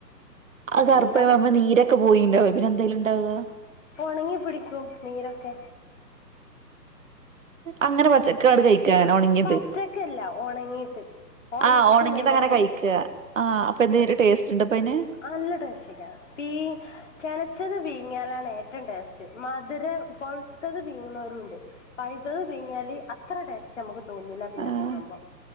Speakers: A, on the right; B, on the left.
A: അത്
B: നല്ല
A: കർപ്പാവുമ്പോ
B: ടേസ്റ്റ്
A: നീരൊക്കെ പോയിണ്ടാവും പിന്നെന്താ അയ്ല്ണ്ടാവാ
B: ഒണങ്ങിപ്പിടിക്കും നീരൊക്കെ
A: അങ്ങനെ പച്ചക്കാട് കഴിക്കാ ഒണങ്ങിയത്
B: പച്ചക്കല്ല ഒണങ്ങിട്ട് ഒണക്കും
A: ആഹ് ഒണങ്ങിയത്
B: വെയിലത്തിട്ട്
A: അങ്ങനെ കഴിക്കാ ആഹ് അപ്പൊ എന്തേലും ടേസ്റ്റ്ണ്ടപ്പൊ അയിന്
B: നല്ല ടേസ്റ്റെക്കാരം പീ ച്ചെനച്ചത് പീങ്ങിയാലാണ് ഏറ്റവും ടേസ്റ്റ് മധുരം പൊഴുത്തത് പീങ്ങണോരുണ്ട് പഴ്ത്തത് പീങ്യാല് അത്രടെസ്റ്റ്‌നമ്മക്ക് തോന്നൂല പിന്നെ
A: ആഹ്
B: തിന്നുമ്പോ